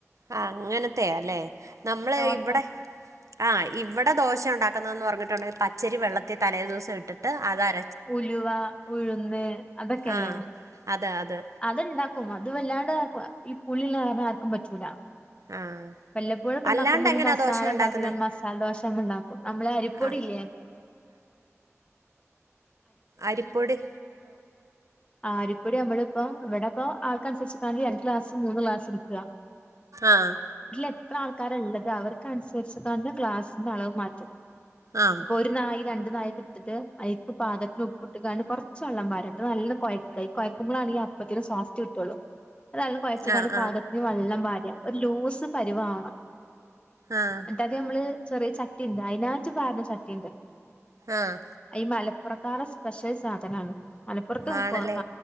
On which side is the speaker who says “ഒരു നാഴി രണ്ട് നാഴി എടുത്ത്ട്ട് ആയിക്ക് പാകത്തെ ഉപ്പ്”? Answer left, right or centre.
Left